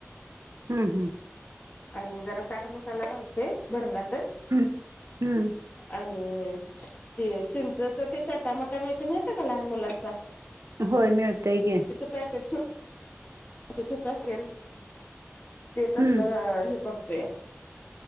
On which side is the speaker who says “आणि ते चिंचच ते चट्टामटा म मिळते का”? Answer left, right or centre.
Left